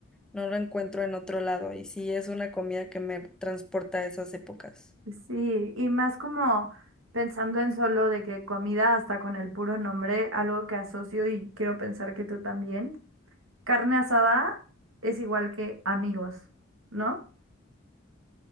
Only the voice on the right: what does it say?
Sí, y más como pensando en solo de que comida hasta con el puro nombre, algo que asocio y quiero pensar que tú también. Carne asada es igual que amigos, ¿no?